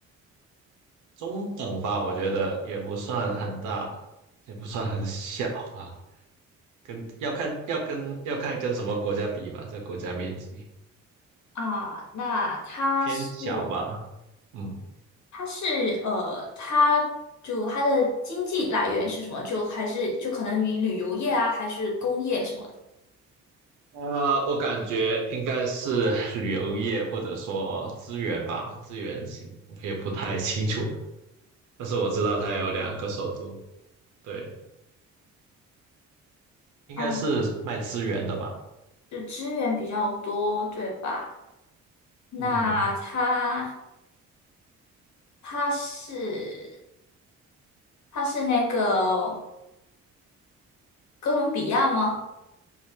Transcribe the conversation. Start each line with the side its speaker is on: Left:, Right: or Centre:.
Right: 中等吧，我觉得也不算很大，也不算很小吧，跟要看要跟要看跟什么国家比吧，这个国家面积
Left: 啊，那它是
Right: 偏小吧，嗯，
Left: 它是呃，它就它的经济来源是什么？就还是就可能与旅游业啊，还是工业什么的？
Right: 呃，我感觉应该是旅游业或者说资源吧，资源型，我也不太清楚，但是我知道它有两个首都，对，应该是卖资源的吧，
Left: 嗯，就资源比较多，对吧？那它
Right: 嗯。
Left: 它是它是那个哥伦比亚吗？